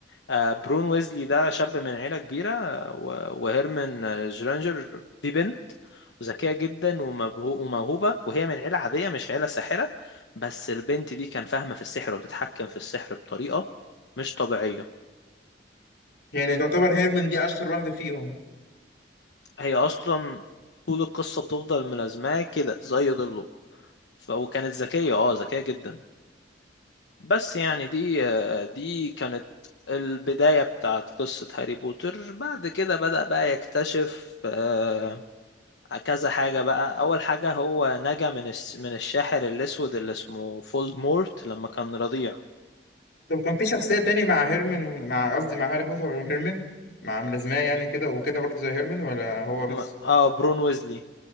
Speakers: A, on the left; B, on the left.
A: آه برون ويزلي ده شاب من عيلة كبيرة و- وهيرمان جرانجر دي بنت ذكية جدا ومبهو- وموهوبة وهي من عيلة عادية مش عيلة ساحرة بس البنت دي كان فاهمة في السحر وتتحكم في السحر بطريقة مش طبيعية
B: يعني تعتبر هيرمن دي أشهر واحدة فيهم
A: هي اصلا طول القصه بتفضل ملازماه كده زي ظله ف... وكانت ذكيه اه ذكيه جدا بس يعني دي دي كانت البدايه بتاعت قصه هاري بوتر بعد كده بدأ بقى يكتشف آه، كذا حاجه بقى اول حاجه هو نجا من الس... من الشاحر الاسود اللي اسمه فولدمورت لما كان رضيع
B: طب كان في شخصية تاني مع هيرمن مع قصدي مع هاري بوتر غير هيرمن مع ملازماه يعني كده وكده برضه زي هيرمن ولا هو بس
A: م- اه برون ويزلي